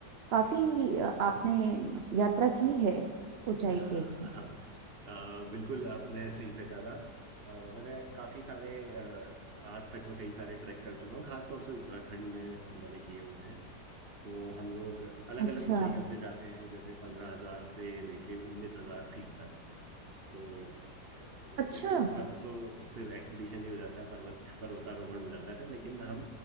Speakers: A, on the right; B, on the right.
A: काफी अ, आपने यात्रा की है ऊंचाई
B: <laughs> हाँ
A: पे
B: अ, बिल्कुल आपने सही पहचाना अ, मैंने काफ़ी सारे अ, आज तक मैं कई सारे ट्रैक कर चुका हूँ खासतौर से उत्तराखंड में मैंने किए हुए हैं तो हम लोग अलग
A: अच्छा
B: अलग ऊंचाइयों पे जाते हैं जैसे पंद्रह हजार से लेके उन्नीस हजार फीट तक तो अ,
A: अच्छा
B: इसके ऊपर तो फिर एक्सपीडिशन ही हो जाता है पर्वत पर्वतारोहण हो जाता है फिर लेकिन हम